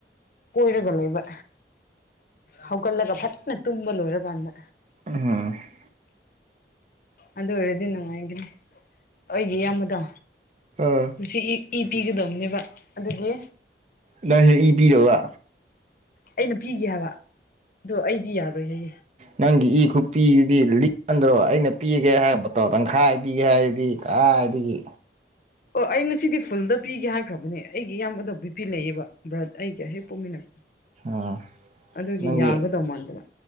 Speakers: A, on the left (about 50°); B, on the right (about 40°).
A: ꯀꯣꯏꯔꯒ ꯂꯩꯕ ꯍꯧꯒꯠꯂꯒ ꯐꯠ ꯀꯟꯅ ꯇꯨꯝꯕ ꯂꯣꯏꯔꯀꯥꯟꯗ
B: <unintelligible>
A: ꯑꯗꯨ ꯑꯣꯏꯔꯗꯤ ꯅꯨꯡꯉꯥꯏꯒꯅꯤ ꯑꯩꯒꯤ ꯏꯌꯥꯝꯕꯥꯗ
B: ꯑꯥ
A: ꯉꯥꯁꯤ ꯏ ꯏꯄꯤꯒꯗꯧꯅꯦꯕꯥ ꯑꯗꯨꯒꯤ
B: ꯅꯪꯁꯦ ꯏ ꯄꯤꯗꯧꯕꯥ
A: ꯑꯩꯅ ꯄꯤꯒꯦ ꯍꯥꯏꯕ ꯑꯗꯣ ꯑꯩꯗꯤ ꯌꯥꯔꯣꯏꯍꯦ
B: ꯅꯪꯒꯤ ꯏ ꯈꯨꯄꯤꯗꯨꯗꯤ ꯂꯤꯛꯃꯟꯗ꯭ꯔꯣ ꯑꯩꯅ ꯄꯤꯒꯦ ꯍꯥꯏꯔꯛꯄꯗꯣ ꯇꯪꯈꯥꯏ ꯄꯤꯒꯦ ꯍꯥꯏꯔꯗꯤ ꯀꯥꯏꯗꯥꯒꯤ
A: ꯑꯣ ꯑꯩ ꯉꯁꯤꯗꯤ ꯐꯨꯜꯗꯥ ꯄꯤꯒꯦ ꯍꯥꯏꯈ꯭ꯔꯥꯕꯅꯦ ꯑꯩꯒꯤ ꯏꯌꯥꯝꯕꯗꯣ ꯕꯤ ꯄꯤ ꯂꯩꯌꯦꯕꯥ ꯕ꯭ꯔꯠ ꯑꯩꯒꯤ ꯍꯦꯛ ꯄꯣꯛꯃꯤꯟꯅ
B: ꯑꯥ
A: ꯑꯗꯨꯒꯤ
B: ꯅꯪꯒꯤ
A: ꯌꯥꯒꯗꯧ ꯃꯥꯟꯗꯥꯕ